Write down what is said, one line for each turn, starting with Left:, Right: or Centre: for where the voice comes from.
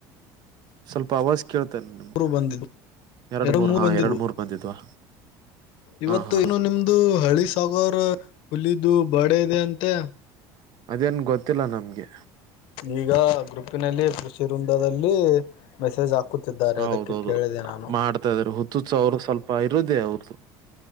Right: ಸ್ವಲ್ಪ ಅವಾಜ್ ಕೇಳ್ತೇನೆ ನಿಮ್ದ
Left: ಬಂದಿದ್ದು
Right: ಎರಡು ಮೂರ್
Left: ಮೂರು
Right: ಹಾ
Left: ಬಂದಿದ್ವು
Right: ಎರಡು ಮೂರ್ ಬಂದಿದ್ವಾ
Left: ಇವತ್ತು
Right: ಹಾ ಹಾ
Left: ಇನು ನಿಮ್ದು ಹಳಿ ಸಾಗರ್ ಹುಲಿದು ಬಾಡ ಇದೆ ಅಂತೆ
Right: ಅದೇನ್ ಗೊತ್ತಿಲ್ಲ ನಮ್ಗೆ
Left: ಈಗ ಗ್ರೂಪಿನಲ್ಲಿ ಕೃಷಿ ವೃಂದದಲ್ಲಿ ಮೆಸೇಜ್ ಹಾಕುತ್ತಿದ್ದಾರೆ
Right: ಹೌದೌದು
Left: ಅದಕ್ಕೆ ಕೇಳಿದೆ ನಾನು
Right: ಮಾಡ್ತಾ ಇದಾರೆ ಹುುತ್ತಸ ಅವರು ಸ್ವಲ್ಪ ಇರೋದೇ ಅವ್ರದ್ದು